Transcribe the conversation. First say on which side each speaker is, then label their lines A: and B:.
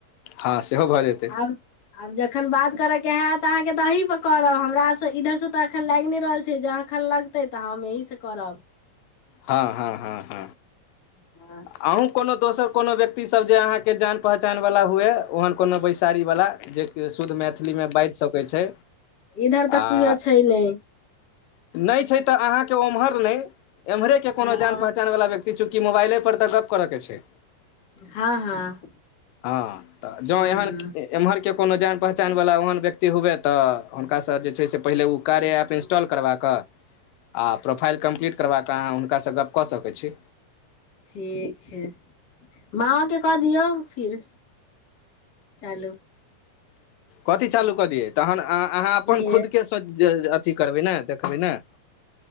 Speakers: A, on the left; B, on the left.
A: हँ सेहो भऽ जेतै
B: आब आब जखन बात करैय के हाएत त आहाँ के त आहि प करब हमरा सँ इधर सँ त अखन लाइग नै रहल छै एखन लगतै तऽ हम एहि सँ करब।
A: हँ हँ हँ
B: हँ
A: अहूँ कोनो दोसर कोनो व्यक्तिसब जे अहाँके जान पहचानवाला हुए ओहन कोनो बैसारीवाला जे जे शुद्ध मैथिलीमे बाजि सकै छै
B: इधर तऽ
A: आ
B: किओ छै नहि
A: नै छै तऽ अहाँके उम्हर नै एम्हरे के कोनो
B: हँ
A: जान पहचान वाला व्यक्ति की चुकी मोबाइले प तऽ गप करऽ के छै
B: हँ हँ
A: हँ तऽ जह
B: हँ
A: <unintelligible> एम्हर के कोनो जान पहचान वला ओहन व्यक्ति हुवए तऽ हुनका सब जे छै से पहिले ओ कार्य एऐप इन्स। ट्रल करवा क आ प्रोफ़ाइल कंपलीट करबा क अहा उनका स गप क सके छी।
B: ठीक छै माँओे के कऽ दियौ फिर। चालू
A: कथी चालू कऽ दियै तहन अहा अहाँ अपन
B: इहे
A: खुद के। <unintelligible> अथी करबैई ने देखबैइ नै।